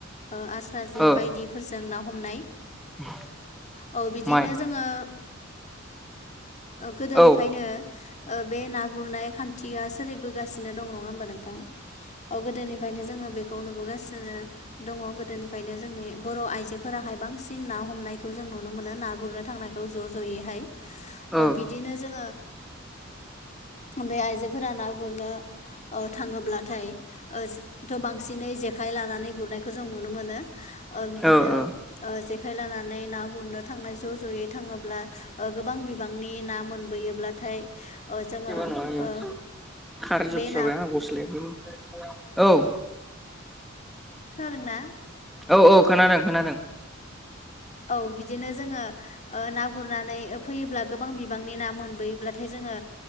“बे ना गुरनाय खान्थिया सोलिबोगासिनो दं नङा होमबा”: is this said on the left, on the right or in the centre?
Left